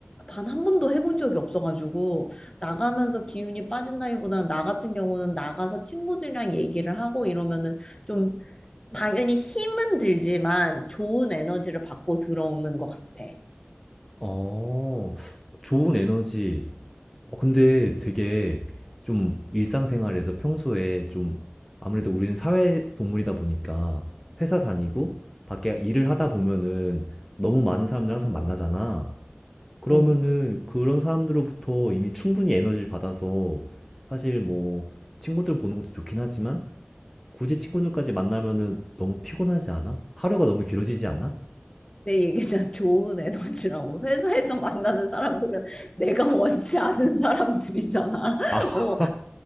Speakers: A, on the left (about 20°); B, in the centre.
A: 단 한 번도 해본 적이 없어가지고 나가면서 기운이 빠진다기보다는 나 같은 경우는 나가서 친구들이랑 얘기를 하고 이러면은 좀 당연히 힘은 들지만 좋은 에너지를 받고 들어오는 것 같아.
B: 어. 좋은 에너지. 어 근데 되게 좀 일상생활에서 평소에 좀 아무래도 우리는 사회 동물이다 보니까 회사 다니고 밖에 일을 하다 보면은 너무 많은 사람들 항상 만나잖아. 그러면은
A: 응.
B: 그런 사람들로부터 이미 충분히 에너지를 받아서 사실 뭐 친구들 보는 것도 좋긴 하지만 굳이 친구들까지 만나면은 너무 피곤하지 않아? 하루가 너무 길어지지 않아?
A: 내 얘기잖아. 좋은 에너지라고. 회사에서 만나는 사람들은 내가 원치 않은 사람들이잖아.
B: 아,
A: <laughs> 어,